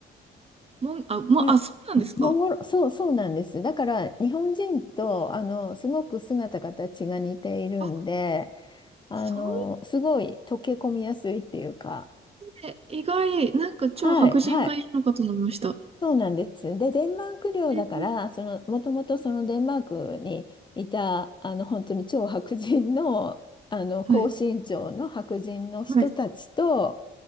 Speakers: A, on the right; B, on the left.
A: もん、あ、もう、
B: な、
A: あ、そうなんですか。
B: モンゴル、そう、そうなんです。だから、日本人と、
A: えー
B: あの、すごく姿形が似ているんで、
A: あ、
B: あの、
A: そう
B: すごい溶け込みやすいっていうか、
A: で、意外、なんか超白人がいるのかと思いました。
B: はい、はい、そうなんです。で、デンマーク領だから、
A: えー
B: その、もともとそのデンマークにいた、あの、本当に超白人の、あの、高身長の白人の人たちと、
A: はい、はい、